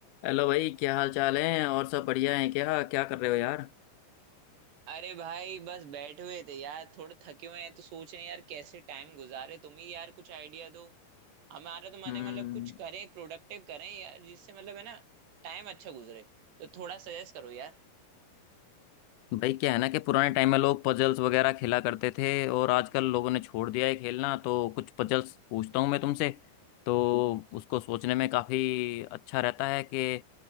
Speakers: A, on the left (about 85°); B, on the right (about 70°).
A: Hello भाई क्या हाल चाल है और सब बढ़िया है क्या क्या कर रहे हो यार
B: अरे भाई बस बैठे हुए थे यार थोड़े थके हुए हैं तो सोचे यार कैसे टाइम गुजारे तुम ही यार कुछ आइडिया दो हमारा तो मन
A: हम्म
B: है मतलब कुछ करें प्रोडक्टिव करें यार जिससे मतलब है ना टाइम अच्छा गुजरे तो थोड़ा सजेस्ट करो यार
A: भाई क्या है ना कि पुराने टाइम में लोग पजल्स वगैरह खेला करते थे और आजकल लोगों ने छोड़ दिया है खेलना तो कुछ पजल्स पूछता हूँ मैं तुमसे तो उसको सोचने में काफ़ी अच्छा रहता है कि